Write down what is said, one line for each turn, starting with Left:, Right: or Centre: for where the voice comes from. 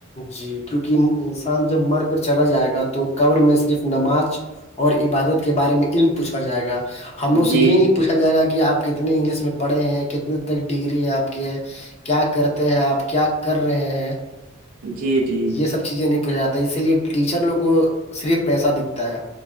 Left: جی کیونکہ انسان جب مر کر چلا جائے گا تو قبر میں صرف نماز اور عبادت کے بارے میں علم پوچھا جائے گا ہم لوگ سے
Right: جی
Left: یہ نہیں پوچھا جائے گا کہ آپ کتنے انگلش میں پڑھے ہیں کتنے تک ڈگری ہے آپ کے کیا کرتے ہیں آپ کیا کر رہے ہیں
Right: جی جی
Left: یہ سب چیزیں نہیں پوچ جاتا اسی لیے ٹیچر لوگ کو صرف پیسہ دکھتا ہے